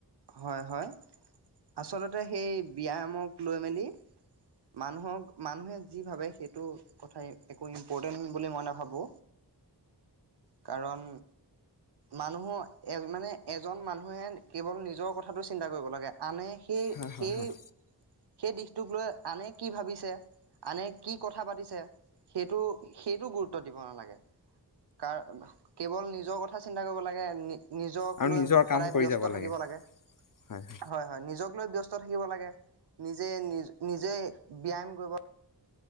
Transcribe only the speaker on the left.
হয় হয়
হয়
আৰু
নিজৰ
কাম কৰি
যাব
<inaudible>